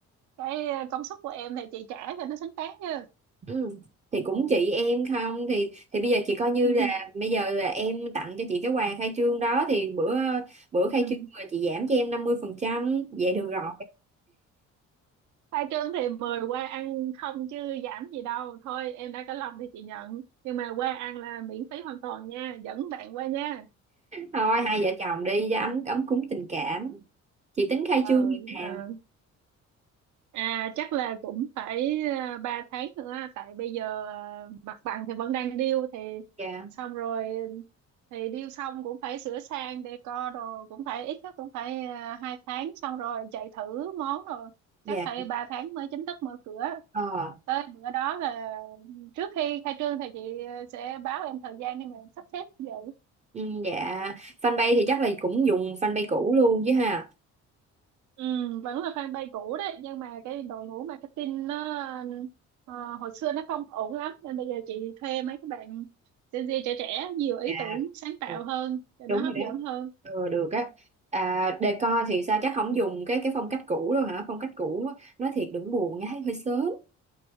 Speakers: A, on the right; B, on the right.
A: cái ờ, công suất của em thì chị trả cho nó xứng đáng chứ
B: Ừ. Thì cũng chị em không thì thì bây giờ chị coi
A: <laughs>
B: như là bây giờ là em tặng cho chị cái quà khai trương đó thì bữa bữa khai
A: ừ.
B: trương là chị giảm cho em năm mươi phần trăm vậy được rồi
A: khai trương thì mời qua ăn không chứ giảm gì đâu thôi em đã có lòng thì chị nhận nhưng mà qua ăn là miễn phí hoàn toàn nha dẫn bạn qua nha
B: thôi hai vợ chồng đi cho ấm ấm cúng tình cảm chị tính khai
A: ừ
B: trương như nào
A: ừ À chắc là cũng phải à, ba tháng nữa tại bây giờ à, mặt bằng thì vẫn đang điêu thì
B: dạ
A: xong rồi thì điêu xong cũng phải sửa sang decor rồi cũng phải ít nhất cũng phải à, hai tháng xong rồi chạy thử món rồi
B: dạ
A: chắc phải ba tháng mới chính thức mở cửa
B: ờ
A: tới bữa đó là trước khi khai trương thì chị ờ, sẽ báo em thời gian để mà em sắp xếp vậy
B: ừ, dạ fanpage thì chắc là cũng dùng fanpage cũ luôn chứ ha
A: Ừ, vẫn là fanpage cũ đấy nhưng mà cái đội ngũ marketing nó ờ, hồi xưa nó không ổn lắm nên bây giờ chị thuê mấy các bạn Gen Z trẻ trẻ nhiều ý
B: dạ
A: tưởng sáng tạo
B: Ừ,
A: hơn cho
B: đúng
A: nó hấp
B: rồi đó
A: dẫn hơn
B: Ừ, được á à, decor thì sao chắc không dùng cái cái phong cách cũ đâu hả phong cách cũ á, nói thiệt đừng buồn nha hơi sớm